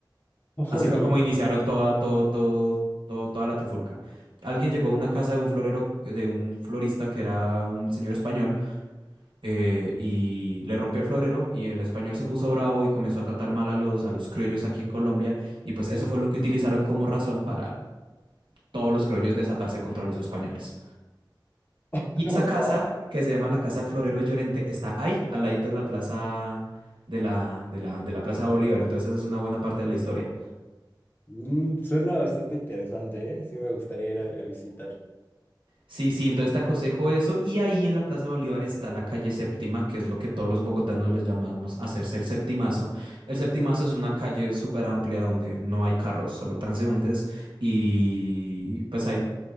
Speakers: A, on the left; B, on the right.
A: <laughs>
B: Así
A: Órale.
B: fue como iniciaron toda, todo, todo, todo- toda la trifulca. Alguien llegó a una casa de un florero, de un florista que era un señor español eh, y le rompió el florero y el español se puso bravo y comenzó a tratar mal a los, a los criollos aquí en Colombia y pues eso
A: Sí.
B: fue lo que utilizaron como razón para todos los criollos desatarse contra los españoles.
A: <laughs>
B: Y
A: Wow.
B: esa casa, que se llama la Casa de Florero de Llorente, está ahí, al ladito de la plaza de la, de la, de la Plaza Bolívar, entonces esa es una buena parte de la historia.
A: Mm, suena bastante interesante, ¿eh? Sí, me gustaría ir a, a visitar.
B: Sí, sí, entonces te aconsejo eso. Y ahí en la Plaza Bolívar está la calle Séptima, que es lo que todos los bogotanos les llamamos hacerse el septimazo. El septimazo es una calle súper amplia donde no hay carros, solo transeúntes. Y pues hay